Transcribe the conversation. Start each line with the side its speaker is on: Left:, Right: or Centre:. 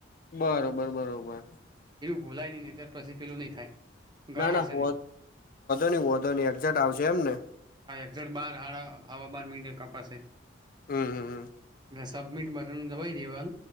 Left: બરોબર બરોબર
Right: ભૂલા નહીં ત્યારે પેલું નહીં થાય. ગણાશે
Left: ના ના હો નહી ઓંધો નહી એક્ઝે્ટ આવશે એમને
Right: ઝળ બાર હા હવા બાર મીડે કપાસે.
Left: હું હું હું.
Right: એ સબમિટ બટન દેવાનું.